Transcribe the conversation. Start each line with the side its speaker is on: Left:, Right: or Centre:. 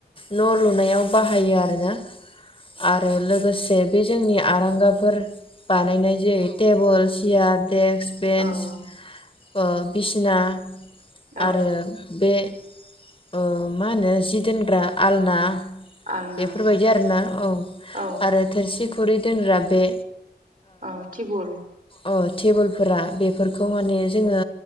Left: न लुनायाव बाहायो आरो ना आरो लोगोसे से बे जोंनि आरांगाफोर बानायनाय जायो जे टेबल, सियार डेक्स, बेन्स
Right: औ
Left: ओ बिसिना
Right: औ
Left: आरो बे ओ मा होनो जि दोनग्रा आलना
Right: आलना
Left: बेफोरबायदि आरोना औ
Right: औ
Left: आरो थोरसि खुरै दोनग्रा बे
Right: औ थिबोल
Left: अ टेबोलफोरा बेफोरखौ माने जोङो